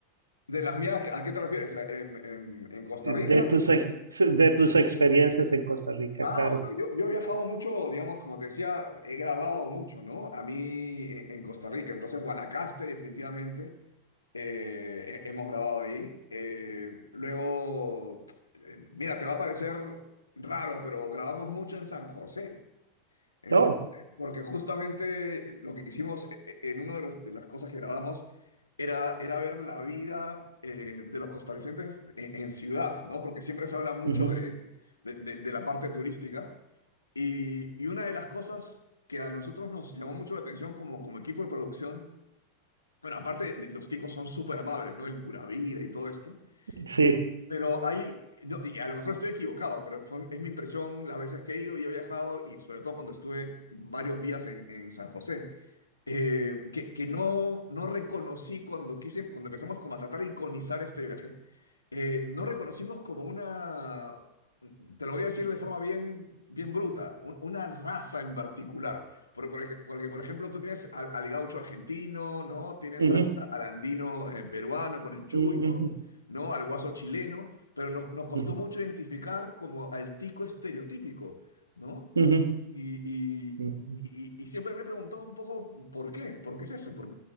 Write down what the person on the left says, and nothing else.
De las mías, ¿a qué te refieres? ¿En, en- en Costa
Rica?
Ah,
bueno, yo, yo he viajado mucho, digamos, como te decía, he grabado mucho, ¿no? A mí en en Costa Rica, entonces Guanacaste definitivamente, eh, he- hemos grabado ahí. Eh, luego, eh, mira, te va a parecer raro, pero grabamos mucho en San José. Exacto,
Porque justamente lo que quisimos e- e- en una de, los- de las cosas que grabamos era, era ver la vida eh, de los costarricenses en, en ciudad, ¿no? Porque siempre se habla mucho
de, de- de- de la parte turística. Y, y una de las cosas que a nosotros nos llamó mucho la atención como, como equipo de producción, bueno, aparte de- los ticos son súper amables, ¿no? El pura vida y todo esto.
Pero hay, no, y a lo mejor estoy equivocado, pero fue- es mi impresión las veces que he ido y he viajado, y sobre todo cuando estuve varios días en, en San José eh, que, que no, no reconocí cuando quise, cuando empezamos como a tratar de iconizar este viaje, eh, no reconocimos como una, te lo voy a decir de forma bien, bien bruta, un- una raza en particular. Por- por ej- Porque, por ejemplo, tú tienes al, al gaucho argentino, ¿no? Tienes
a- a- al andino eh, peruano con el chullo,
¿no? Al guaso chileno, pero nos, nos costó
mucho identificar como al tico estereotípico, ¿no?
Y, y,
y- y siempre me he preguntado un poco por qué, por qué es eso, por-